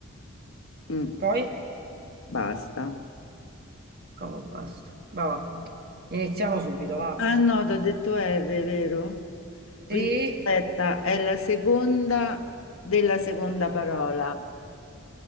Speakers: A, on the left (about 75°); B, on the right (about 50°).
A: Mm,
B: Poi?
A: basta.
B: Come basta. Va, va. Iniziamo subito, va.
A: Ah no, ti ho detto R, vero? Quindi
B: Sì,
A: aspetta, è la seconda della seconda parola.